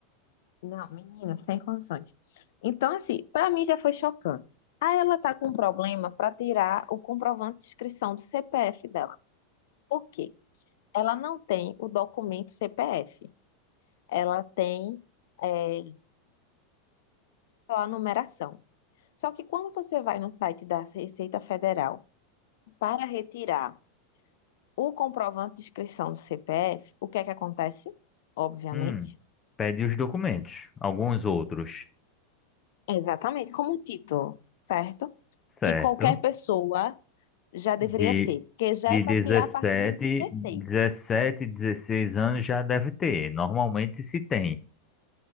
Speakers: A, on the left; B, on the left.
A: Não, menina, sem condições. Então, assim, pra mim já foi chocante. Aí ela tá com um problema pra tirar o comprovante de inscrição do CPF dela. Por quê? Ela não tem o documento CPF. Ela tem é, só a numeração. Só que quando você vai no site da Receita Federal para retirar o comprovante de inscrição do CPF, o que é que acontece? Obviamente.
B: Hum. Pede os documentos, alguns outros.
A: Exatamente, como o título, certo?
B: Certo?
A: Que qualquer pessoa já deveria
B: De
A: ter, porque já
B: De
A: é para
B: 17,
A: tirar a partir dos dezesseis
B: dezessete, 16 anos já deve ter. Normalmente se tem.